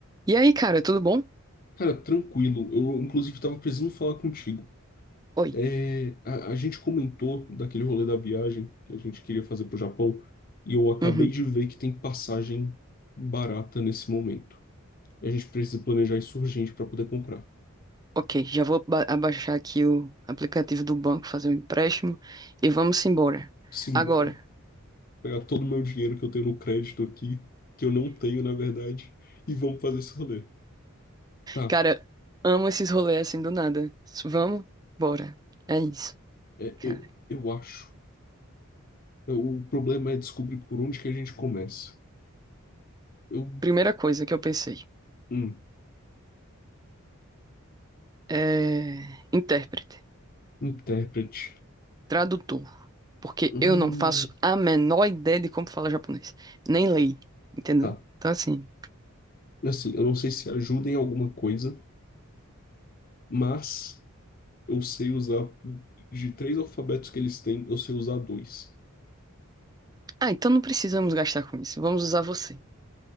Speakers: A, on the right; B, on the left.
A: E aí, cara, tudo bom?
B: Cara, tranquilo. Eu, inclusive, estava precisando falar contigo.
A: Oi.
B: É, a, a gente comentou daquele rolê da viagem que a gente queria fazer pro Japão, e eu acabei
A: Uhum.
B: de ver que tem passagem barata nesse momento. A gente precisa planejar isso urgente para poder comprar.
A: Ok, já vou ba- abaixar aqui o aplicativo do banco, fazer um empréstimo e vamos embora.
B: Simbora.
A: Agora.
B: Pegar todo o meu dinheiro que eu tenho no crédito aqui, que eu não tenho, na verdade, e vamos fazer esse rolê. Tá,
A: Cara, amo esses rolês assim do nada. Vamos? Bora. É isso,
B: é,
A: cara.
B: eu, eu acho. O problema é descobrir por onde que a gente começa. Eu.
A: Primeira coisa que eu pensei
B: Hum,
A: é intérprete,
B: intérprete.
A: tradutor, porque
B: Hum,
A: eu não faço a menor ideia de como falar japonês, nem leio, entendeu?
B: Tá.
A: Então assim,
B: Assim, eu não sei se ajuda em alguma coisa, mas eu sei usar de três alfabetos que eles têm, eu sei usar dois.
A: ah, então não precisamos gastar com isso. Vamos usar você.